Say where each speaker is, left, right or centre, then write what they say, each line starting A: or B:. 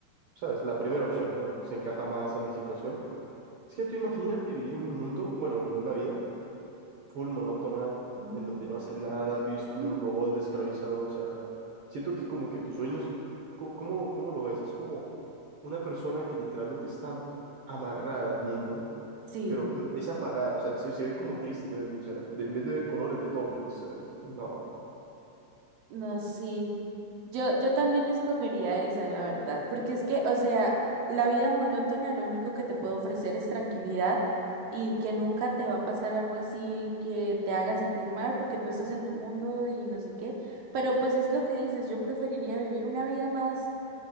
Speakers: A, on the right (about 80°); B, on the right (about 65°).
A: ¿sabes? La primera opción, ¿no? Se encaja más a mi situación. Es que tú imagínate vivir en un mundo, bueno, en una vida full monótona,
B: No.
A: en donde no haces nada, vives como
B: No.
A: un robot esclavizado. O sea, siento que como que tus sueños, co- ¿cómo, cómo lo ves? Es como una persona que literalmente está amarrada al mundo,
B: Sí.
A: pero es apagada, o sea, se, se ve como triste, ¿sabes? O sea, de- en vez de ver colores, ve todo gris, ¿sabes? No,
B: No, sí. Yo, yo también escogería esa, la verdad, porque es que, o sea, la vida monótona lo único que te puede ofrecer es tranquilidad y que nunca te va a pasar algo así que te haga sentir mal porque tú estás en tu mundo y no sé qué. Pero pues es lo que dices, yo preferiría vivir una vida más